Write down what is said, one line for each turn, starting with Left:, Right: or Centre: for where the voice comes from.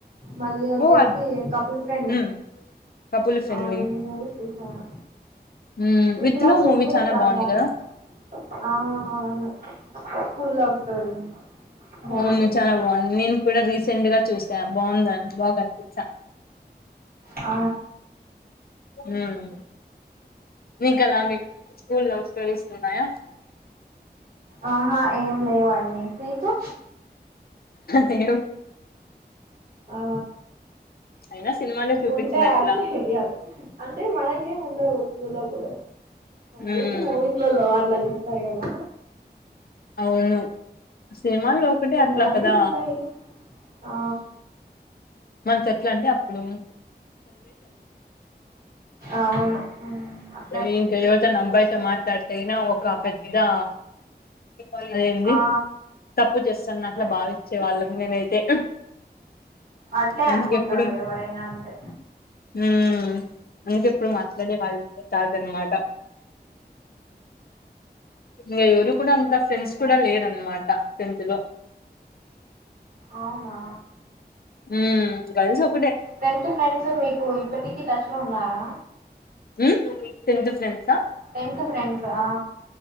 Right: మళ్ళీ వచ్చేసి
Left: ఓ అద్-
Right: కపుల్ ఫ్రెండు,
Left: ఉమ్ కపుల్ ఫ్రెండ్లీ
Right: ఆ రెండు మూవీస్ చూసాను.
Left: ఉమ్
Right: విత్లా
Left: విత్ లవ్
Right: మూవి
Left: మూవీ
Right: కూడా చాలా బాగుంది,
Left: కదా
Right: ఆ అవును. స్కూల్ లవ్ స్టోరీ బాగుంటుంది
Left: అవును చాలా బాగుంది, నేను కూడా రీసెంట్ గా చూస్ సా బాగుంద బా కనిపించ
Right: ఆ
Left: ఉమ్ మీకలా మీక్ స్కూల్ లవ్ స్టోరీస్ ఉన్నాయా?
Right: ఆహా ఏం లేవండి, మీకు
Left: లేవు
Right: ఆ
Left: అయినా సినిమాలో చూపించినట్లా
Right: ఉంటె అటే ఇయ అంటే మనకేం ఉండవు. లో కుడ,
Left: ఉమ్,
Right: జస్ట్ మూవీస్ లో లో అట్లా తీస్తారు కదా.
Left: వును సినిమాల్లో ఒకటే
Right: కొంతమందికి
Left: అట్లా కదా
Right: ఉంటాయి ఆ
Left: మనకు ఎట్లా అంటే అప్పుడూ
Right: అవును ఊమ్ అ
Left: ఏం ఇంకా ఎవతనా అబ్బాయితో మాట్లాడితే యినా ఒక పెద్దా అదేంది
Right: ఆ
Left: తప్పు చేస్తన్నట్లు
Right: అదే
Left: భావిచ్చే వాళ్ళం మేమైతే
Right: అట్లే
Left: అందుకెప్పుడు
Right: అనుకుంటారు ఎవరైనా అంతే
Left: ఊ <unintelligible> మాట్లాడే వాళ్ళే కాదనమాట ఇంగ ఎవ్రు కూడా అంత ఫ్రెండ్స్ కూడా లేరన్మాట టెన్త్ లో
Right: అవునా
Left: ఊమ్ గర్ల్స్ ఒ
Right: టెన్త్ ఫ్రెండ్స్ మీకూ ఇప్పటికి టచ్ లో ఉన్నారా
Left: ఊ టెంత్ ఫ్రెండ్సా
Right: టెన్త్ ఫ్రెండ్స్ ఆ